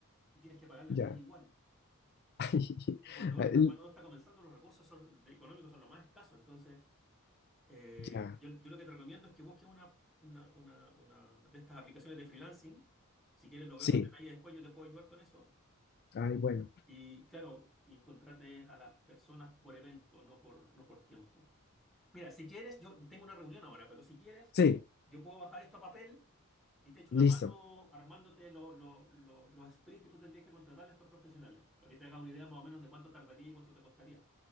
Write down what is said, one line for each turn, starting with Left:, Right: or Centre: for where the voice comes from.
Centre: y tienes que pagarle
Left: ya.
Centre: el mes igual.
Left: <laughs>
Centre: Y cuando uno
Left: Ay,
Centre: está, cuando uno está comenzando, los recursos son- económicos son los más escasos. Entonces, eh,
Left: Ya,
Centre: yo, yo lo que te recomiendo es que busques una, una, una, una de estas aplicaciones de freelancing. Si quieres, lo vemos
Left: Sí,
Centre: en detalle después, yo te puedo ayudar con eso
Left: ay, bueno.
Centre: Y claro, y contrates a las personas por evento, no por, no por tiempo. Mira, si quieres, yo tengo una reunión ahora, pero si quieres,
Left: Sí,
Centre: yo puedo bajar esto a papel y te echo
Left: listo.
Centre: una mano armándote lo- lo- lo- los sprints que tú tendrías que contratarle a estos profesionales, para que te hagas una idea más o menos de cuánto tardaría y cuánto te costaría.